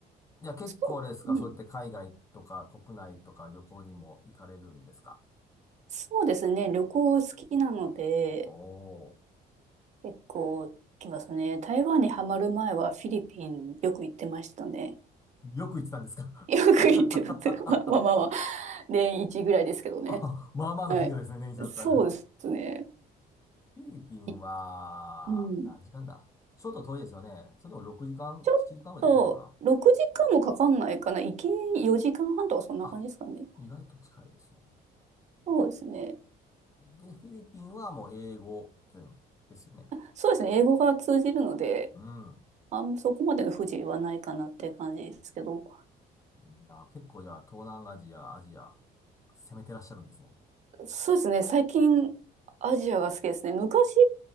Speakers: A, on the left; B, on the right.
A: じゃあ結構あれですか、
B: そう、うん、
A: そうやって海外とか国内とか旅行にも行かれるんですか
B: そうですね。旅行好きなので、
A: お
B: 結構行きますね。台湾にはまる前はフィリピンよく行ってましたね。
A: ー、よく行ってたんですか
B: <laughs> よく行ってたって、
A: <laughs>
B: まあまあまあまあ、年一ぐらいですけどね。
A: あ、まあまあの頻度ですね、
B: はい。
A: 年一だったら。
B: そうですね。
A: フィリピンは、
B: いうん。
A: 何時間だちょっと遠いですよね。それでも6時間、7時間ぐらいできるのかな
B: ちょっと、6時間もかかんないかな。行き4時間半とかそんな感じですかね。
A: あ、意外と近いですね。
B: そうですね。
A: で、フィリピンはもう英語圏ですよね。
B: そうですね。英語が通じるので、
A: うん。
B: あんまそこまでの不自由はないかなっていう感じですけど。
A: いいな結構じゃあ、東南アジア、アジア、攻めてらっしゃるんですね。
B: そうですね。最近、アジアが好きですね。昔